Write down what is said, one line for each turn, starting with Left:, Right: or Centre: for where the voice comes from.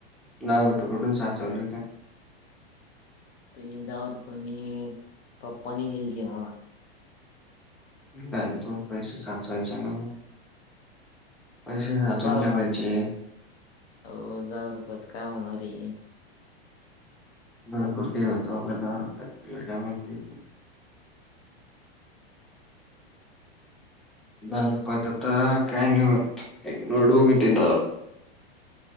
Centre: लाव रुपये कुठून सा चालुये तु.
Left: ते जावत पण मी पप्पानी गेल ते मला.
Centre: काय तु पैसे साचवायचे न. पैसे साठवून
Left: दहा
Centre: ठेवायचे.
Left: रुपये अहो दहा रुपयात काय होणार रे.
Centre: भरपूर काय होतं बाबा दहा रुपयात तुला काय माहिती. दहा रुपयात आता काय नाही होत एक नोटबुक येती.